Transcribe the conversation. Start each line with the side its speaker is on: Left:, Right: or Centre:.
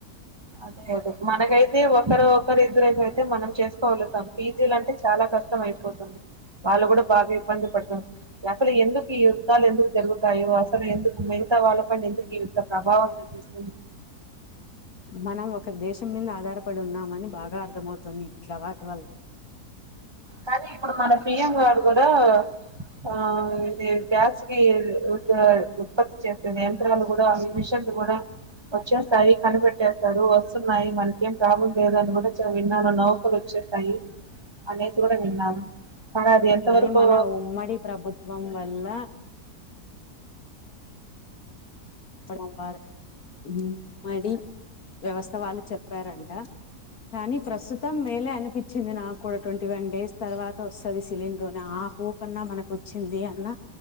Right: అదే అదే మనకైతే ఒకరు ఒకరు ఇద్దరైమ్ అయితే మనం చేసుకోగలుగుతాం పీజీలు అంటే చాలా కష్టం అయిపోతుంది వాళ్ళు కూడా బాగా ఇబ్బంది పడుతురు అసలు ఎందుకు ఈ యుద్ధాలు ఎందుకు జరుగుతాయి అసలు ఎందుకు వాళ్ళకం ఎందుకు ఇంత ప్రభావం చూపిస్తన్
Left: మనం ఒక ఇక్కడ దేశం మీద ఆధారపడి ఉన్నామని బాగా అర్థమవుతుంది ఇట్లా వాటి వల్ల
Right: కానీ ఇప్పుడు మన పి ఎమ్ గారు కూడా ఆ ఇది గ్యాస్ కి ఉత్ ఉత్పత్తి చేసే నియంత్రాలు కూడా ఈ మిషన్ అందు కూడా వచ్చేస్తాయి కనిపెట్టేస్తారు వస్తున్నాయి మనకేం ప్రాబ్లం లేదని కూడా విన్నాను నౌకలు వచ్ చ్చేస్తాయి అనేసి కూడా విన్నాను కానీ అది ఎంత
Left: అనీ
Right: వరకు
Left: మన ఉమ్మడి ప్రభుత్వం వల్ల డం వారు మ్మ్ మరి వ్యవస్థ వాళ్ళు చెప్ చెప్పారంట కానీ ప్రస్తుతం మేలే అనిపిచ్చింది నాక్కూడా తొంటి వన్ డేస్ తర్వాత వస్ తను సిలిండర్ అని ఆ హోప్ అన్నా మనకు వచ్చింది అన్నా